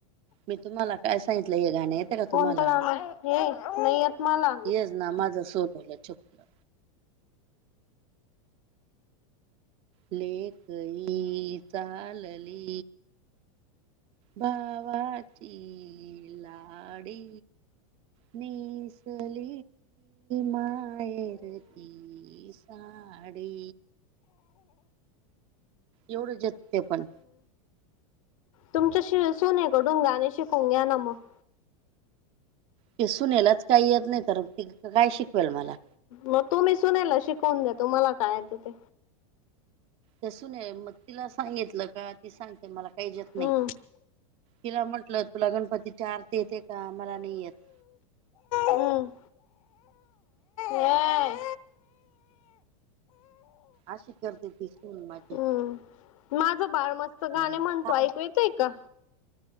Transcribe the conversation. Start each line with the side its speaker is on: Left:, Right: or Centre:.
Right: मी तुम्हाला काय सांगितलं, हे गाणं येतं का
Left: कोणतं
Right: तुम्हाला?
Left: गाणं हे नाही येत मला.
Right: येस. ना माझं सोणुलं छकूलं. लेक् ही चालली भावांची लांडी नेसली माहेरची री सांडी एवढं येते पणं
Left: तुमच्यांशी सुनेकडूंन गाणें शिकूंन घ्यां नं मंग
Right: त्यांसूने लाचं कांहीं येतं नाहीं तरं ती कायं शिकवेलं मलां
Left: मंग तुम्हीं सुनेला शिकवूंन द्या तुम्हांला कायं येतं ते
Right: तीसून आहे मंग तिलां सांगितलं कां ती सांगते मलां काहींचं येतं
Left: हम्म.
Right: नाहीं तिलां म्हंटलं तुलां गणपतीची आरती येते कां मलां नाहीं येतं
Left: हम्म. ये.
Right: आशी करतें ती सुंन माझी
Left: हम्म. माझं बाळं मस्तं गाणें
Right: मग
Left: म्हणतो
Right: काय
Left: ऐयकू येतंय कां